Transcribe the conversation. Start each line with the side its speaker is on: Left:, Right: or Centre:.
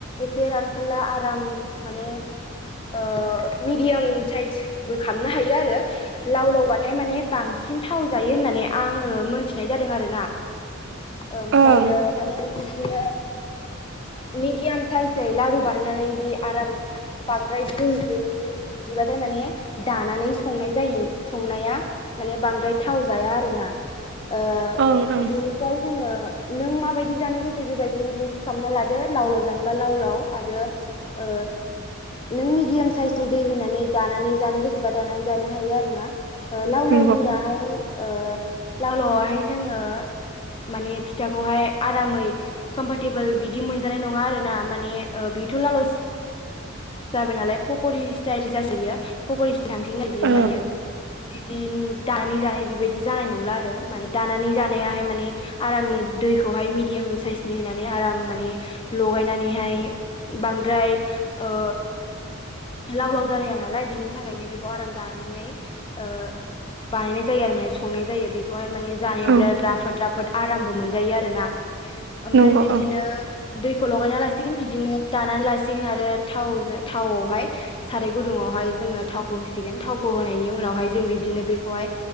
Left: एसे रानफोनला आराम माने ओ मिडियाम साइसबो खालामनो हायो आरो। लाव लावबाथाय माने बांसिन थाव जायो होननानै आङो मोनथिनाय जादों आरोना। ओमफ्रायो
Right: ओं
Left: माने बिदिनो मिदियाम साइजयै लारु बानायनानै जि आराम बांद्राय दो दै बिदिबाथाय माने दानानै संनाय जायो संनाया माने बांद्राय थाव जाया आरोना ओ
Right: ओं ओं
Left: बिनिफ्राय जोङो नों माबायदि जानो गोसो बेबायदि मिक्स खालामना लादो। लाव- लाव जानोबा लाव-लाव आरो ओ नों मिडियाम साइसनि दै होनानै दानानै जानो गोसोबा दानानै जानो हायो आरो ना। ओ लाव-लावनियाहाय
Right: नंगौ
Left: ओ लाव-लावआहाय जोङो माने फिथाखौहाय आरामै कम्फरटेबोल बिदि मोनजानाय नङा आरो ना माने ओ बेथ' लाव लावसो' जाबाय नालाय पक'रि स्टाइल जासोयो पकरि स्टाइल थांसैगोन आरो बियो
Right: औ
Left: माने बिदि दानानै जानाय बिबायदि जानाय नंला आरो माने दानानै जानायाहाय माने आरामनो दैखौहाय मिडियाम साइसनि होनानै आराम माने लगायनानैहाय बांद्राय ओ लाव-लाव जालाया नालाय बिनि थाखायनो बेखौ आराम दानानै ओ बानायनाय जायो आरो माने संनाय जायो बे बेखौहाय माने जानायाव
Right: औ
Left: बिराद राफोद राफोद आरामबो मोनजायो आरोना। ओमफ्राय
Right: नंगौ
Left: बिब्दिनो
Right: औ
Left: दैखौ लगायना लासिगोन बिदिनो दानानै लासिगोन आरो थावजों थावआवहाय साराय गुदुंङआवहाय जोङो थावखौ होसिगोन थावखौ होनायनि उनावहाय जों बिब्दिनो बेखौहाय